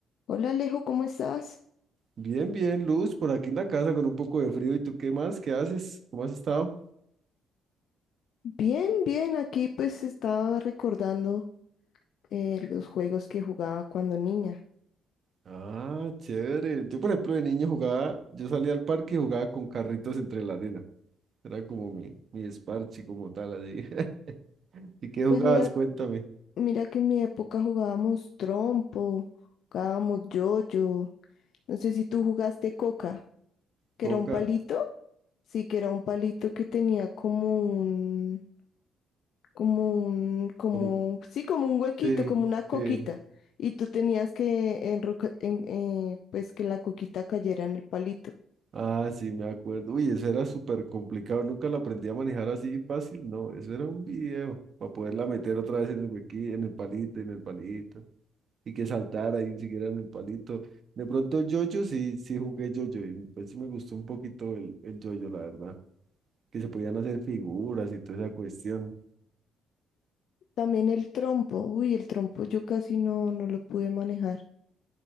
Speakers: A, on the left; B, on the right.
A: Hola Alejo, ¿cómo estás?
B: Bien, bien, Luz, por aquí en la casa con un poco de frío. ¿Y tú qué más? ¿Qué haces? ¿Cómo has estado?
A: Bien, bien, aquí pues estaba recordando eh, los juegos que jugaba cuando niña.
B: Ah, chévere. Yo, por ejemplo, de niño jugaba, yo salía al parque y jugaba con carritos entre la arena. Era como mi, mi esparchi, como tal, así. <laughs> ¿Y qué jugabas?
A: Pues mira,
B: Cuéntame.
A: mira que en mi época jugábamos trompo, jugábamos yoyo. No sé si tú jugaste coca, que
B: Coca,
A: era un palito. Sí, que era un palito que tenía como un, como un, como,
B: como...
A: sí, como un huequito,
B: Sí,
A: como una coquita.
B: sí.
A: Y tú tenías que enroca- en- eh, pues que la coquita cayera en el palito.
B: Ah, sí, me acuerdo. Uy, eso era súper complicado. Nunca lo aprendí a manejar así fácil. No, eso era un video para poderla meter otra vez en el huequí, en el palito, en el palito. y que saltara y siguiera en el palito. De pronto yo-yo sí, sí jugué yo-yo y pues sí me gustó un poquito el, el yo-yo, la verdad, que se podían hacer figuras y toda esa cuestión.
A: También el trompo, uy, el trompo yo casi no, no lo pude manejar,